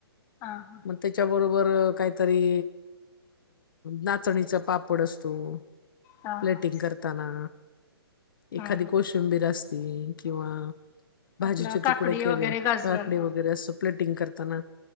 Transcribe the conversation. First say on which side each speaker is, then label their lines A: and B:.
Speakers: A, on the left (about 20°); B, on the left (about 55°).
A: हा हा
B: मग त्याच्याबरोबर वर काहीतरी नाचणीचा पापड असतो
A: हा हा
B: प्लेटिंग करताना एखादी
A: हा हा
B: कोशंबीर असती किंवा भाजीचे
A: आपलं काकडी
B: तुकडे के
A: वगैरे
B: रे
A: गाजरं
B: काकडी
A: हा
B: वगैरे असं प्लेटिंग करताना